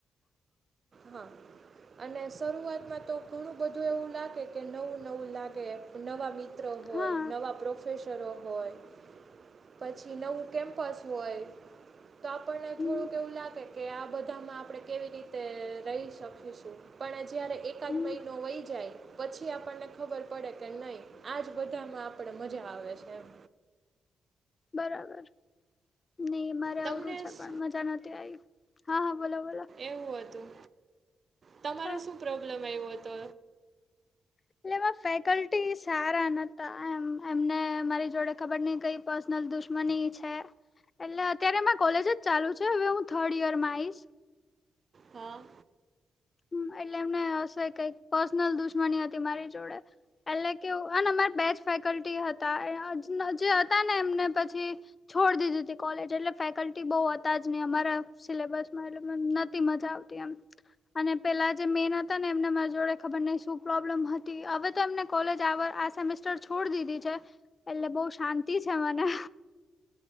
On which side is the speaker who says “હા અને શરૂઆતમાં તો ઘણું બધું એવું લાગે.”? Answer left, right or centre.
Right